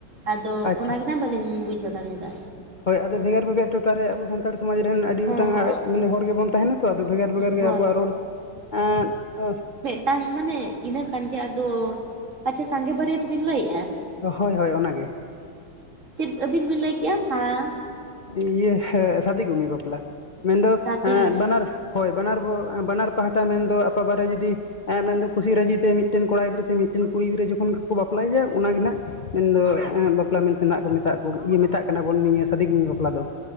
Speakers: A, on the right; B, on the left.
A: ᱟᱫᱚ
B: ᱟᱪᱪᱷᱟ
A: ᱚᱱᱟᱜᱮ ᱱᱟᱦᱟᱜ ᱵᱟᱹᱞᱤᱧ ᱵᱩᱡᱷᱟᱹᱣ ᱫᱟᱲᱮᱭᱟᱫᱟ᱾
B: ᱦᱳᱭ ᱟᱫᱚ ᱵᱷᱮᱜᱟᱨ ᱵᱷᱮᱜᱟᱨ ᱴᱚᱴᱷᱟ ᱨᱮ ᱟᱵᱚ ᱥᱟᱱᱛᱟᱲ ᱥᱚᱢᱟᱡᱽ ᱨᱮᱱ ᱟᱹᱰᱤ
A: ᱦᱮᱸ ᱦᱮᱸ
B: ᱜᱚᱴᱟᱝ ᱟᱡ ᱢᱟᱱᱮ ᱦᱚᱲ ᱜᱮᱵᱚᱱ ᱛᱟᱦᱮᱱᱟ ᱛᱚ ᱟᱫᱚ ᱵᱷᱮᱜᱟᱨ ᱵᱷᱮᱜᱟᱨ ᱜᱮ
A: ᱦᱳᱭ
B: ᱟᱵᱚᱣᱟᱜ ᱨᱚᱲ ᱮᱸ ᱚᱸ
A: ᱴᱟᱝ ᱢᱟᱱᱮ ᱤᱱᱟᱹ ᱠᱟᱱ ᱜᱮᱭᱟ ᱟᱫᱚ ᱟᱪᱪᱷᱟ ᱥᱟᱸᱜᱮ ᱵᱟᱹᱨᱤᱭᱟᱹᱛ ᱵᱤᱱ ᱞᱟᱹᱭᱮᱜᱼᱟ
B: ᱦᱳᱭ ᱦᱳᱭ ᱚᱱᱟ ᱜᱮ ᱾
A: ᱪᱤᱫ ᱟᱹᱵᱤᱱ ᱵᱤᱱ ᱞᱟᱹᱭ ᱠᱮᱜᱼᱟ ᱥᱟᱸ
B: ᱤᱭᱟᱹ ᱦᱮ ᱥᱟᱫᱤ ᱜᱩᱱᱤ ᱵᱟᱯᱞᱟ ᱢᱮᱱᱫᱚ
A: ᱥᱟᱫᱤ
B: ᱚᱸ
A: ᱜᱩᱢᱤ
B: ᱵᱟᱱᱟᱨ ᱦᱳᱭ ᱵᱟᱱᱟᱨ ᱵᱳ ᱮᱸ ᱵᱟᱱᱟᱨ ᱯᱟᱦᱴᱟ ᱢᱮᱱᱫᱚ ᱟᱯᱟ ᱵᱟᱨᱮ ᱡᱩᱫᱤ ᱮᱸ ᱢᱮᱱᱫᱚ ᱠᱩᱥᱤ ᱨᱟᱹᱡᱤ ᱛᱮ ᱢᱤᱫᱴᱮᱱ ᱠᱚᱲᱟ ᱜᱤᱫᱽᱨᱟᱹ ᱥᱮ ᱢᱤᱫᱴᱮᱱ ᱠᱩᱲᱤ ᱜᱤᱫᱽᱨᱟᱹ ᱡᱚᱠᱷᱚᱱ ᱜᱮᱠᱚ ᱵᱟᱯᱞᱟᱭᱟ ᱚᱱᱟ ᱜᱮ ᱱᱟᱸᱜ ᱢᱮᱱᱫᱚ ᱮᱸ ᱵᱟᱯᱞᱟ ᱢᱮᱱᱛᱮ ᱱᱟᱸᱜ ᱠᱚ ᱢᱮᱛᱟᱜ ᱠᱚ ᱤᱭᱟᱹ ᱢᱮᱛᱟᱜ ᱠᱟᱱᱟ ᱵᱚᱱ ᱱᱤᱭᱟᱹ ᱥᱟᱫᱤ ᱜᱩᱢᱤ ᱵᱟᱯᱞᱟ ᱫᱚ᱾